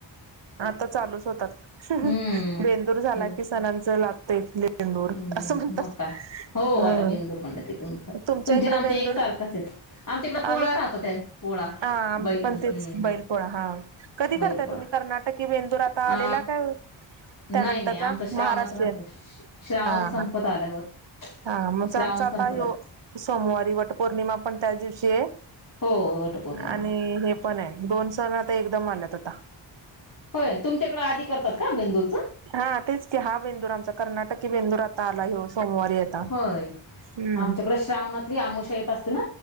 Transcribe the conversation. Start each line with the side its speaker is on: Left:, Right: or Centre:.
Right: आता चालूच होतात
Left: हम्म
Right: बेंदूर झाला
Left: हम्
Right: कि सणांच लात बेंदूर
Left: हम्म
Right: असं म्हणतात
Left: मग काय हो
Right: अ
Left: आता बेंदूर म्हणलं की तुमचं
Right: तुमच्या
Left: तुमचे
Right: इकड
Left: ना आमचे
Right: बेंदूर
Left: एकसारखंच आहेत आमच्याकडे पोळा
Right: आम्ही
Left: राहतो त्या पोळा
Right: हा आमची
Left: बैलां
Right: पण
Left: हम्म
Right: तेच बैल पोळा हा कधी करताय
Left: बैल पोळा
Right: तुम्ही कर्नाटकी बेंदूर आता
Left: अ
Right: आलेला काय त्यानंतरचा
Left: नाही नाही आमचा श्रावणात
Right: महाराष्ट्रीयन
Left: राहतो श्रावण
Right: हा
Left: संपत
Right: हा
Left: आल्यावर.
Right: हा म्हणज
Left: श्रावण
Right: आमच आता
Left: संपत आला
Right: सोमवारी वट पौर्णिमा पोळा पण त्या दिवशी ये
Left: हो वटपौर्णिमा
Right: आणि हे पण दोन सन आ एकदम आल्यात आता
Left: होय तुमच्याकडे आधी करतात का बेंदूरचं.
Right: हा तेच क हा बेंदूर आमचा कर्नाटकी बेंदूर आता आला ये सोमवारी आता.
Left: होय
Right: हम्म
Left: आमच्याकडे श्रावणातली आमोशा येत अस